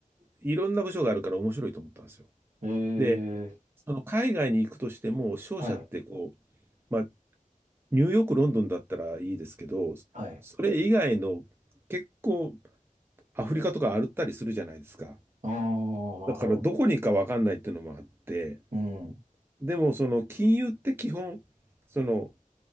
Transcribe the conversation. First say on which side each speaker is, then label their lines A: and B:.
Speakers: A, on the right (about 15°); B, on the right (about 60°).
A: いろんな部署があるから面白いと思ったんですよ。
B: ええ、
A: で、その海外に行くとしても、商社ってこう、
B: はい、
A: まあ、ニューヨーク、ロンドンだったらいいですけど、
B: はい。
A: それ以外の結構アフリカとか歩ったりするじゃないですか。
B: ああ、なるほど。
A: だからどこに行くかわかんないっていうのもあって、
B: うん。
A: でもその金融って基本、その